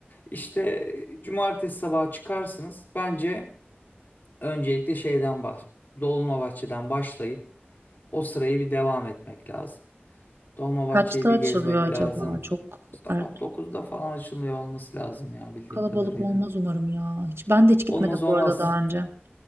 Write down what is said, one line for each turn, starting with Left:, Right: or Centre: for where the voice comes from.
Left: İşte e, cumartesi sabahı çıkarsınız. Bence öncelikle şeyden bah Dolmabahçe'den başlayıp o sırayı bir devam etmek lazım. Dolmabahçe'yi
Right: Kaçta
Left: bir
Right: açılıyor
Left: gezmek
Right: acaba?
Left: lazım.
Right: Çok
Left: Sabah
Right: erken
Left: dokuzda falan açılıyor olması lazım ya bildiğim
Right: kalabalık
Left: kadarıyla.
Right: olmaz umarım ya. Hiç, ben de hiç gitmedim
Left: Olmaz olmaz.
Right: bu arada daha önce.